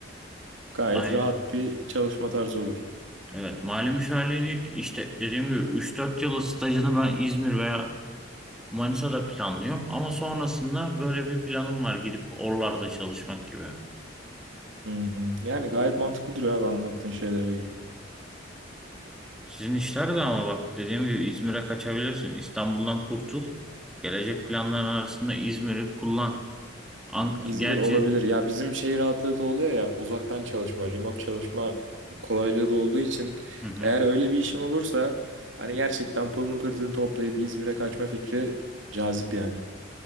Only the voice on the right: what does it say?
gayet
rahat bir çalışma tarzı olur.
Hı hı. Yani gayet mantıklı duruyor abi anlattığın şeylere göre.
İzmir
olabilir. Ya bizim şey rahatlığı da oluyor ya uzaktan çalışma, remote çalışma kolaylığı da olduğu için
eğer öyle bir işim olursa hani gerçekten pılını pırtını toplayıp İzmir'e kaçma fikri cazip yani.